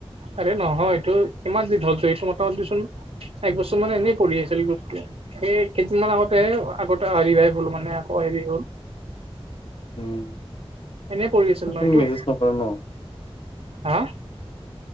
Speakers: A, on the right; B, on the left.
A: আৰে নহয় এইটো কিমান দিন হ'ল এইটো মোতামোতিচোন এক বছৰ মান এনেই পঢ়ি আছিল গ্ৰুপটো। এই কেইদিনমান আগতে, আগতে হেৰি ভাই হ'ল মানে আকৌ হেৰি হ'ল।
B: উম।
A: এনেই পৰি আছিল নহ
B: তুমি
A: এইটো?
B: মেছেজ নকৰা ন
A: হা?